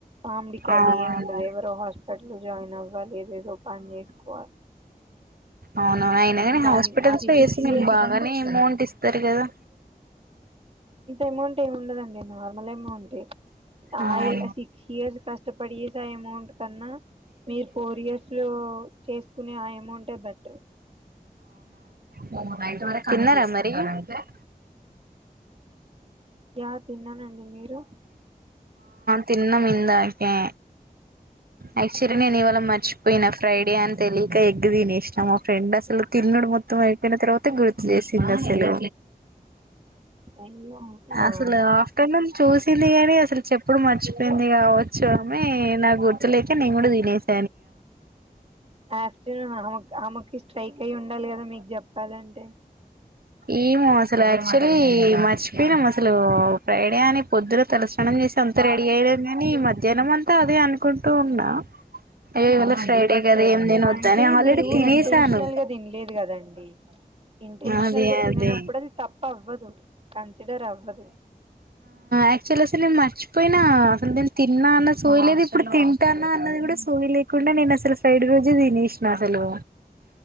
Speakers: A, on the right; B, on the right.
A: ఫార్మడీ అది
B: అవును
A: ఏ ఉండదు ఎవరో హాస్పిటల్లో జాయిన్ అవ్వాలి ఏదేదో పని చేసుకోవాలి
B: అవునవును అయినా కాని
A: దానికి
B: హాస్పిటల్స్
A: అది
B: లో
A: సిక్స్
B: చేస్తే మీకు
A: ఇయర్స్
B: బాగానే అమౌంట్ ఇస్తారు. కదా
A: ఎమౌంట్ ఏమి ఉండదండి నార్మల్ అమౌంటే ఆ
B: అవును
A: ఏజ లో సిక్స్ ఇయర్స్ కష్ట పడి అమౌంట్ కన్నా మీరు ఫోర్ ఇయర్స్ లో చేసుకునే ఆ అమౌంట్ ప <inaudible>
B: అవునా తిన్నారా మరి స
A: యా తిన్నానండి మీరు
B: తిన్నం ఇందాకే యాక్చువల్లీ నేను ఇవాళ మర్చిపోయినా ఫ్రైడే అని తెలియక ఎగ్ తినేసా మా ఫ్రెండ్ అసలు తిన్నడు మొత్తం అయిపోయిన తర్వాత గుర్తు చేసిా అసలు
A: అయ్యో అవునా
B: అసలు ఆఫ్టర్నూన్ చూసింది అని అసలు చె ఇప్పుడు మర్చిపోయింది కావచ్చు ఆమె నా గుర్తు ననే కూడా తినేస
A: ఆఫ్టర్నూన్ ఆమె ఆమెకి స్ట్రైక్ అయి ఉండాలి కదా మీకు చెప్పాలంటే
B: ఏమో అసలు యాక్చువలీ మర్చిపోయినాము అసలు ప్ర్రైడ అని పొద్దున తెలుసు స్నానం చేసి అంత రెడీ అయినం కానీ జన్మ అంతా అదే కుంటూ ఉన్న ఏవళ ఫ్రైడే కదా ఏం నన
A: అంటే
B: వద్దా న ఆల్రెడీ
A: మీరు
B: తినసాను
A: ఇంటెన్షనల్ గా తినలేదు కదండి ఇంటెన్షనల్
B: అదే
A: గా తిననప్పుడు
B: అదే
A: అది తప్ప అవ్వదు కన్సిడర్ అవ్వదు
B: యాక్చువల్ అస నేను మర్చి పోయినా అసల్ నిన్ తిన్న అన్న సోవీ లెద్ ప్పుడు తింటాన్న అన్నది కూడా సోవి లే కుండా నేను అసలు ఫ్రైడ్ రోజు తిినేషినా అసలు